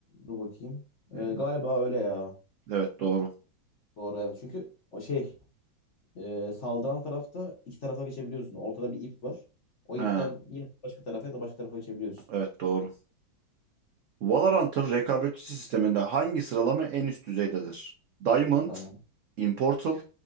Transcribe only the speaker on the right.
Ee,
Evet doğru.
Ha,
evet doğru. Valorant'ın rekabetçi sisteminde hangi sıralama en üst düzeydedir? Diamond,
Immortal,